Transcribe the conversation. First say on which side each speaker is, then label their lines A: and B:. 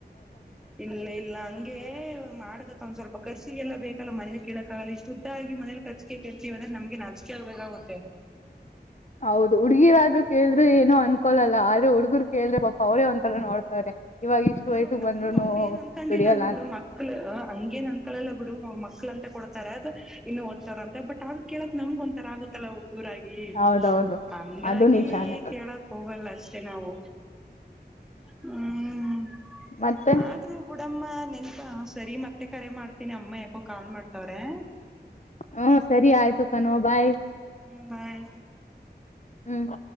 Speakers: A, in the centre; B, on the left (about 45°).
A: ಇಲ್ಲ ಇಲ್ಲ ಹಂಗೆ ಮಾಡಕತ್ತ ಒಂದ್ ಸ್ವಲ್ಪ ಕರ್ಸಿಗೆ ಎಲ್ಲ ಬೇಕಲ್ಲ ಮನೆೇಲಿ ಕೇಳಕ್ಕಾಗಲ್ಲ ಇಷ್ಟುುದ್ದಾಗಿ ಮನೇಲಿ ಕರ್ಿಕೆ ಕೇಳ್ತಿೀವಿಂದ್ರೆ ನಮ್ಗೆ ನಚೆದ್ಬೇಕೇಕಾಗುತ್ತೆ
B: ಹೌದು ಹುಡ್ಗಿರಾದ್ರು ಕೇಳ್ರರು ಏನು ಅನ್ಕೊಳಲ್ಲ ಆದ್ರೆ ಹುಡ್ಗರು ಕೇಳ್ರೆ ಅವರೇ ಒಂತಲ್ಲ ನೋಡ್ತಾರೆ ಇವಾಗ ಇಷ್ಟು
A: ಹ್ಮ್
B: ವಯಸ್ಸಿಗೆ
A: ನಮ್ಗ
B: ಬಂದ್ರುನು
A: ಅವರು ಏನ್ ಅನ್ಕೊಂಡಿಲ್ಲ
B: ದುಡಿಯಲ್ಲ
A: ಅಂದರು
B: ಅಂತ
A: ಬಿಡು ಮಕ್ಳ ಹಂಗೇಏನ್ ಅಂದಕೊಳ್ಳಲ್ಲ ಬಿಡು ಮಕ್ಳ ಅಂತ ಕೊಡ್ತಾರೆ ಅದು ಇನ್ನು ಒ್ ಸಾವರ ಅ ಬಟ್ ಆದ್ರ ಕೇಳಕ್ ನಮ್ಗ ಒಂಥರ ಆಗುತ್ತಲ್ಲ ಅವ್ರಿಗೆ ಊರಾಗಿ
B: ಹೌದೌದು
A: ಹಂಗಾಗಿ
B: ಅದು ನಿಜಾನೇ
A: ಕೇಳಕ್ ಹೋಗಲ್ಲ ಅಷ್ಟೇ ನಾವು ಹ್ಮ್
B: ಮತ್ತೆ
A: ಆದ್ರೂ ಬುಡಮ್ಮ ನೆನ್ಪಾ ಸರಿ ಮತ್ತೆ ಕರೆ ಮಾಡ್ತೀನಿ ಅಮ್ಮ ಯಾಕೋ ಕಾಲ್ ಮಾಡ್ತವ್ರೆ
B: ಹ ಸರಿ ಆಯ್ತು ಕನೋಬಾಯ್
A: ಹ್ಮ ಬಾಯ
B: ಹ್ಮ್